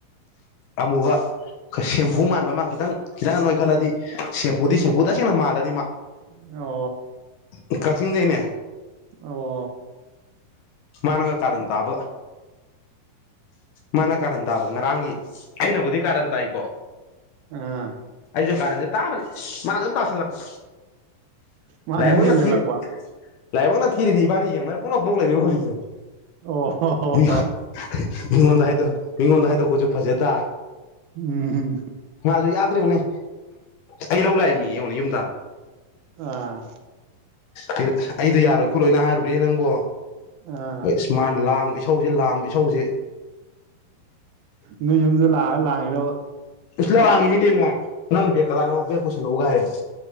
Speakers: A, on the left; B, on the right.
A: ꯑꯃꯨꯕ ꯁꯦꯝꯐꯨ ꯃꯥꯟꯕ ꯑꯃ ꯈꯤꯇꯪ ꯈꯤꯇꯪꯒ ꯅꯣꯏꯈꯠꯂꯗꯤ ꯁꯦꯝꯄꯐꯨꯗꯤ ꯁꯦꯝꯐꯨ ꯇꯁꯦꯡꯅ ꯃꯥꯜꯂꯅꯤ ꯃꯥ
B: <inaudible> ꯑꯣ
A: <inaudible> ꯀꯛꯆꯤꯡꯗꯩꯅꯦ
B: ꯑꯣ
A: ꯃꯥꯅꯒ ꯀꯥꯔꯟ ꯇꯥꯕ ꯃꯥꯅ ꯀꯥꯔꯟ ꯇꯥꯕ ꯉꯔꯥꯡꯒꯤ ꯑꯩꯅꯕꯨꯗꯤ ꯀꯥꯔꯟ ꯇꯥꯏꯀꯣ
B: ꯑꯥ
A: ꯑꯩꯖꯨ ꯀꯥꯔꯟꯖꯦ ꯇꯥꯕꯅꯤ ꯃꯥꯖꯨꯗꯨꯝ ꯇꯥꯁꯜꯂꯛꯄ
B: ꯃꯥ
A: ꯂꯥꯏꯕꯛꯅ
B: ꯁꯨꯝ ꯍꯦꯟꯖꯜꯂꯛꯄ
A: ꯊꯤꯔꯤ <inaudible> ꯂꯥꯏꯕꯛꯅ ꯊꯤꯔꯤꯗꯤ ꯏꯕꯥꯟꯅꯤ ꯌꯦꯡꯅꯔꯒ ꯄꯪꯅꯣꯛ ꯅꯣꯛ ꯂꯩꯔꯦꯕ ꯍꯧꯖꯤꯛꯁꯦ
B: ꯑꯣ ꯍꯣ ꯍꯣ
A: ꯃꯤꯉꯣꯟ
B: ꯍꯣ
A: ꯃꯤꯉꯣꯟꯗ ꯍꯥꯏꯗꯣ ꯃꯤꯉꯣꯟꯗ ꯍꯥꯏꯗꯣꯛ ꯄꯁꯨ ꯐꯖꯗ
B: ꯎꯝ ꯎꯝ
A: ꯃꯥꯁꯨ ꯌꯥꯗ꯭ꯔꯥ ꯌꯦꯡꯉꯨꯅꯦ ꯑꯩ ꯂꯧ ꯂꯥꯛꯏꯝꯅꯦꯌꯦ ꯌꯦꯡꯉꯨꯅꯦ ꯌꯨꯝ ꯇꯥꯟꯅ
B: ꯑꯥ
A: ꯑꯩꯅ ꯑꯩꯗꯣ ꯌꯥꯔꯣꯏ ꯈꯣꯠꯂꯣꯏꯅ ꯍꯥꯏꯔꯨꯔꯦ ꯅꯪꯕꯣ ꯑ
B: ꯑꯥ
A: ꯑꯁ ꯃꯥꯥꯅ ꯂꯥꯡꯕ ꯏꯁꯧ ꯏꯁꯧꯖꯦ ꯂꯥꯡꯕ ꯏꯧꯁꯧꯖꯦ
B: ꯅꯣꯏ ꯌꯨꯝꯗꯨꯗ ꯂꯥꯛꯑꯒ ꯂꯥꯡꯏꯔꯕ
A: ꯏꯁ ꯂꯥꯡꯢꯅꯤ ꯀꯩꯅꯣ ꯅꯪ ꯕꯦꯛ ꯀꯗꯥꯏꯅꯣ ꯕꯦꯛ ꯄꯨꯁꯜꯂꯛꯑꯣ ꯀꯥꯏ ꯍꯥꯏꯔꯛꯑꯦ